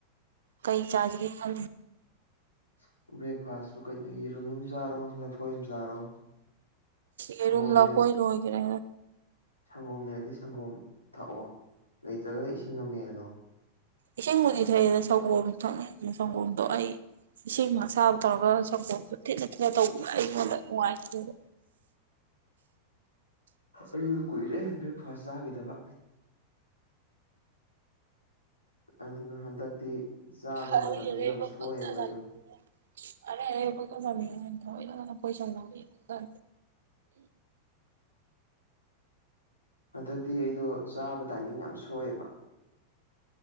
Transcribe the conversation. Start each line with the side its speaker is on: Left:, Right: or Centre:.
Right: ꯀꯩ ꯆꯥꯁꯤꯒꯦ ꯈꯜꯂꯤ
Left: <unintelligible> ꯕ꯭ꯔꯦꯛꯐꯥꯁꯕꯨ ꯀꯩꯅꯣ ꯌꯦꯔꯨꯝ ꯑꯃ ꯆꯥꯔꯣ ꯂꯐꯣꯏ ꯑꯃ ꯆꯥꯔꯣ
Right: ꯌꯦꯔꯨꯝ
Left: ꯁꯪꯒꯣꯝ
Right: ꯂꯐꯣꯏ
Left: ꯂꯩꯔ
Right: ꯂꯣꯏꯈ꯭ꯔꯦ
Left: ꯁꯪꯒꯣꯝ ꯂꯩꯔꯗꯤ ꯁꯪꯒꯣꯝ ꯊꯛꯑꯣ ꯂꯩꯇ꯭ꯔꯒꯅ ꯏꯁꯤꯡꯅ ꯃꯦꯜꯂꯣ
Right: ꯏꯁꯤꯡꯕꯨꯗꯤ ꯊꯛꯑꯦꯅ ꯁꯪꯒꯣꯝ ꯊꯥꯛꯅꯤꯡꯗꯦ ꯁꯪꯒꯣꯝꯗꯣ ꯑꯩ ꯏꯁꯤꯡ ꯑꯁꯥꯕ ꯇꯧꯔꯒ ꯁꯪꯄꯣꯝꯗꯨ ꯊꯤꯠꯂ ꯊꯤꯠꯂ ꯇꯧꯕꯗꯣ ꯑꯩꯉꯣꯟꯗ ꯅꯨꯡꯉꯥꯏꯇꯦꯕ
Left: ꯑꯩꯖꯨ ꯀꯨꯏꯔꯦ ꯕ꯭ꯔꯦꯛꯐꯥꯁ ꯆꯥꯈꯤꯗꯕ ꯑꯗꯨꯅ ꯍꯟꯗꯛꯇꯤ ꯆꯥꯕ
Right: ꯑꯔꯩ
Left: ꯃꯇꯝꯖꯤ
Right: ꯑꯔꯩꯕ
Left: ꯌꯥꯝ ꯁꯣꯏꯑꯦꯕ
Right: ꯄꯪꯆꯥ ꯆꯥꯅꯤꯡꯉꯦ
Left: ꯑꯩꯗꯣ
Right: ꯑꯔꯩ ꯑꯔꯩꯕ ꯄꯪꯆꯥ ꯆꯅꯤꯡꯉꯤ ꯊꯑꯣꯏꯅꯒ ꯂꯐꯣꯏ ꯁꯪꯒꯣꯝ ꯌꯦꯉꯥꯒ
Left: ꯍꯟꯗꯛꯇꯤ ꯑꯩꯗꯣ ꯆꯥꯕ ꯇꯥꯏꯃꯤꯡ ꯌꯥꯝ ꯁꯣꯏꯑꯦꯕ